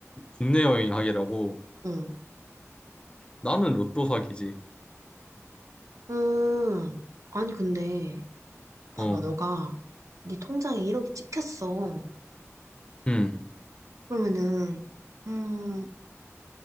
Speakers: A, on the left; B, on the right.
A: 국내 여행 하기라고.
B: 응.
A: 나는 로또 사기지.
B: 음, 아니, 근데, 봐봐,
A: 어,
B: 너가 네 통장에 1억이 찍혔어.
A: 음,
B: 그러면은, 음,